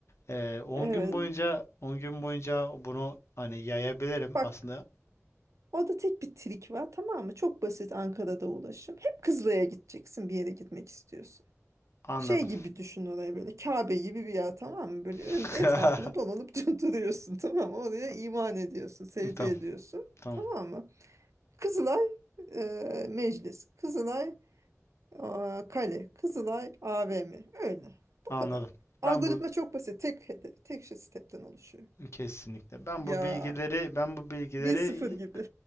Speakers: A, on the left; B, on the right.
A: e, 10
B: Evet.
A: gün boyunca 10 gün boyunca bunu hani yayabilirim
B: Bak
A: aslında.
B: orada tek bir trik var tamam mı? Çok basit Ankara'da ulaşım. Hep Kızılay'a gideceksin bir yere gitmek istiyorsun.
A: Anladım.
B: Şey gibi düşün orayı böyle Kabe gibi bir yer tamam mı? Böyle
A: <laughs>
B: ön, etrafında dolanıp <laughs> duruyorsun tamam mı? Oraya iman ediyorsun, secde
A: Tamam,
B: ediyorsun
A: tamam.
B: tamam mı? Kızılay e, meclis, Kızılay e, kale, Kızılay AVM öyle. Bu
A: Anladım.
B: kadar. Algoritma
A: Ben bu
B: çok basit. Tek hedef, tek şey stepten oluşuyor.
A: kesinlikle. Ben
B: Ya
A: bu bilgileri ben bu bilgileri
B: bir sıfır gibi.